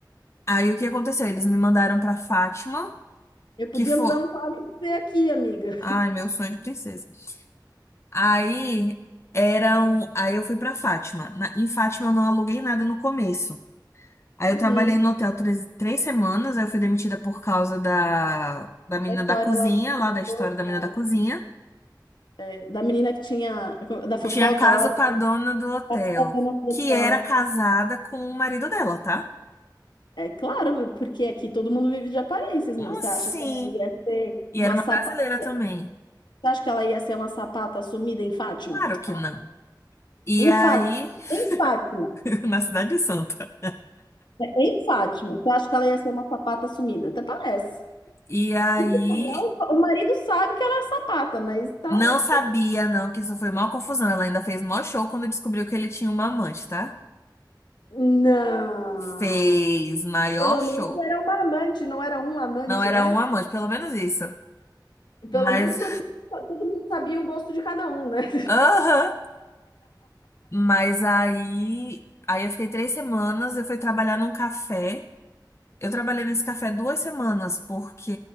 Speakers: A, on the left (about 35°); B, on the left (about 80°).
A: aí o que aconteceu? Eles me mandaram pra Fátima,
B: eu podia
A: que foi,
B: alugar um quarto pra você aqui, amiga.
A: ai, meu sonho de princesa. Aí eram, aí eu fui pra Fátima. Na- em Fátima eu não aluguei nada no começo. Aí
B: Uhum.
A: eu trabalhei no hotel três, três semanas, aí eu fui demitida por causa da, da menina
B: A história
A: da cozinha,
B: lá que você
A: lá da história
B: contou,
A: da menina
B: né?
A: da cozinha.
B: é, da menina que tinha, da fofoca
A: Tinha casa
B: lá, da
A: com a dona do hotel,
B: classificadora do hotel.
A: que era casada com o marido dela, tá?
B: É claro, porque aqui todo mundo vive de aparências,
A: Então,
B: meu. Você
A: Assim.
B: acha que ela ia ser
A: E
B: uma
A: era uma
B: sapata?
A: brasileira também.
B: Você acha que ela ia ser uma sapata sumida em Fátima?
A: Claro que
B: Ah,
A: não. E
B: em
A: aí,
B: Fátima. Em Fátima.
A: <laughs> na Cidade de Santa.
B: É, Em Fátima. Você acha que ela ia ser uma sapata sumida? Até parece.
A: E aí,
B: E se falar, o o marido sabe que ela é sapata, mas tá.
A: não sabia, não, que isso foi maior confusão. Ela ainda fez maior show quando descobriu que ele tinha uma amante, tá?
B: Não.
A: Fez maior
B: Pelo
A: show.
B: menos era uma amante, não era um amante,
A: Não era
B: né?
A: um amante, pelo menos isso.
B: Pelo
A: Mas,
B: menos todo, todo mundo sabia o gosto de cada um, né? <laughs>
A: <laughs> aham. Mas aí, aí eu fiquei três semanas, eu fui trabalhar num café. Eu trabalhei nesse café duas semanas, porque